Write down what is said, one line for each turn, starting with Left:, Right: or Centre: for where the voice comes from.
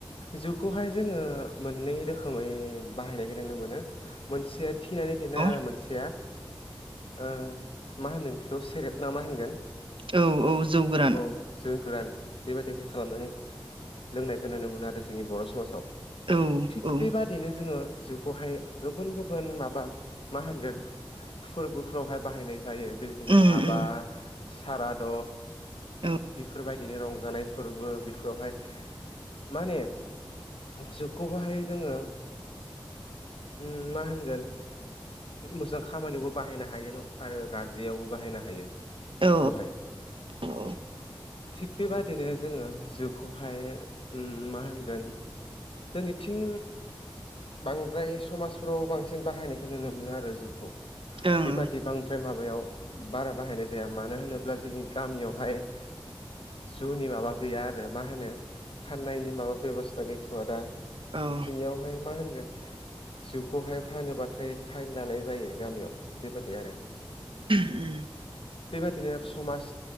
Left: जौखौहाय जोङो मोननै रोखोमै बाहायनायखो नुनो मोनो मोनसेया थिनानै दोननाय
Right: औ
Left: आरो मोनसेया ओ मा होनगोन बेखौ सेरेब ना मा होनगोन।
Right: औ औ जौ गोरान
Left: औ जौ गोरान बेबायदि बेेखे खालामनानै लोंनायखौ नुनो मोनो आरो जोंनि बर' समाजाव।
Right: औ
Left: थिग
Right: औ
Left: बेबादिनो जोङो जौखौहाय गुबुन गुबुन माबा मा होनगोन फोरबोफ्रावहाय बाहायनाय जायो बेबायदिनो
Right: उम
Left: हाबा
Right: उम
Left: साराद
Right: औ
Left: बेफोरबायदिनो रंजानाय फोरबो। बेफोरावहाय माने जौखौहाय जोङो ओम मा होनगोन मोजां खामानिबो बाहायनो हायो न आरो गाज्रियावबो बाहायनो हायो बेखौहाय।
Right: औ ओं औ
Left: थिग बेबादिनो जोङो जौखौहाय मा होनगोन जोंनिथिं बांद्राय समाजफोराव बांसिन बाहायनायखौ नुनो मोनो आरो जोखौ
Right: ओं
Left: बेबादि बांद्राय माबायाव बारा बाहायनाय जाया मानो होनोब्ला जोंनि गामियावहाय जौनि माबा गैया आरो मा होनो फाननायनि माबा बेबस्था गैथ'आ दा
Right: औ ओं
Left: सिंनियावहाय मा होन जिउखौहाय फानोब्लाथाय फाइन लानाय जायो गामियाव बेबादि आरो
Right: उम
Left: बे बायदिनो समाज